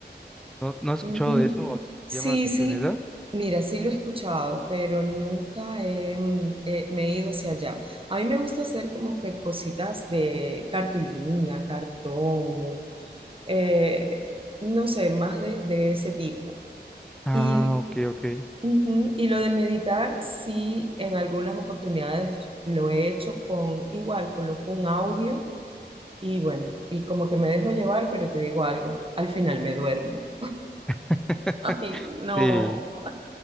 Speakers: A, in the centre; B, on the right.
A: No, no he escuchado
B: ujú.
A: de eso, o te
B: Sí,
A: llama la atención,
B: sí.
A: esa
B: Mira, sí lo he escuchado, pero nunca he, mm, eh, me he ido hacia allá. A mí me gusta hacer como que cositas de cartulina, cartón, eh, no sé, más de, de ese tipo.
A: Ah,
B: Y
A: ok, ok.
B: Ujú, Y lo de meditar, sí, en algunas oportunidades lo he hecho con igual, coloco un audio y bueno, y como que me dejo llevar, pero te digo algo, al final me duermo.
A: <laughs>
B: <laughs> Ay, no.
A: Sí,